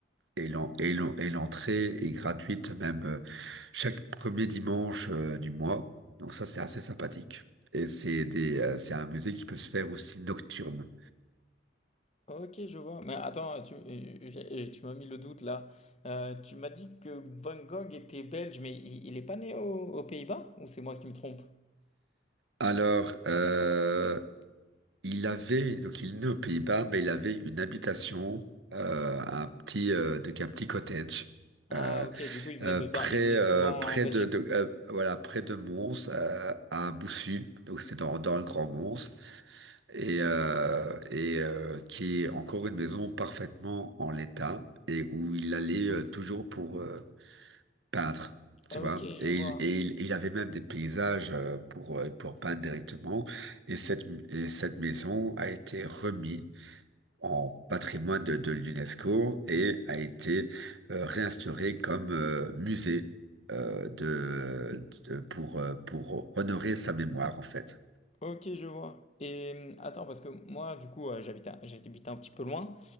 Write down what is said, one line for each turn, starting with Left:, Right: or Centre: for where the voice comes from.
Right: Et l'en- et l'en- et l'entrée est gratuite même euh, chaque premier dimanche euh, du mois. Donc ça, c'est assez sympathique. Et c'est des, euh, c'est un musée qui peut se faire aussi nocturne.
Left: Ok, je vois. Mais attends, tu, euh, j'ai- tu m'as mis le doute là. Euh, tu m'as dit que Van Gogh était belge, mais il, il est pas né au- aux Pays-Bas? Ou c'est moi qui me trompe?
Right: Alors, euh, il avait, donc il est né aux Pays-Bas, mais il avait une habitation, euh, un petit, euh, donc un petit cottage.
Left: Ah,
Right: euh,
Left: ok, du coup, il venait
Right: euh,
Left: de
Right: près,
Left: temps, il venait
Right: euh,
Left: souvent
Right: près
Left: en Belgique.
Right: de, de- euh, voilà, près de Mons, euh, à Boussu, donc c'est dans, dans le Grand Mons, et, euh, et euh, qui est encore une maison parfaitement en l'état, et où il allait euh, toujours pour euh, peindre.
Left: Ok,
Right: Tu vois,
Left: je
Right: et
Left: vois.
Right: il, et il, il avait même des paysages euh, pour, euh, pour peindre directement. Et cette, et cette maison a été remise en patrimoine de, de l'UNESCO et a été euh, réinstauré comme euh, musée euh, de, de- pour, euh, pour honorer sa mémoire en fait.
Left: Ok, je vois. Et euh, attends, parce que moi, du coup, euh, j'habite un, j'habite un petit peu loin.